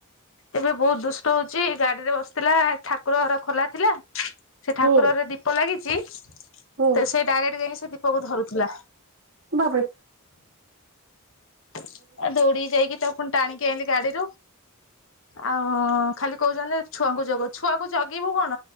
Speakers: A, on the left; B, on the right.
A: ଏବେ ବହୁତ ଦୁଷ୍ଟ ହଉଚି ।ଗାଡିରେ ବସିଥିଲା ଠାକୁର ଘର ଖୋଲା ଥିଲା ସେ
B: ହୁଁ
A: ଠାକୁରଘରେ ଦୀପ ଲାଗିଚି ତ
B: ହୁଁ
A: ସେ ଡାଇରେକ୍ଟ ଯାଇକି ସେ ଦୀପକୁ ଧରୁଥିଲା।
B: ବାପ୍ ରେ।
A: ଆଉ ଦୌଡିିକି ଯାଇକି ତାକୁ ପୁଣି ଟାଣିକି ଆଇଲି ଗାଡିରୁ ଆଉ ଖାଲି କହୁଛନ୍ତି ଛୁଆଙ୍କୁ ଜଗ ଛୁଆକୁ ଜଗିବୁ କଣ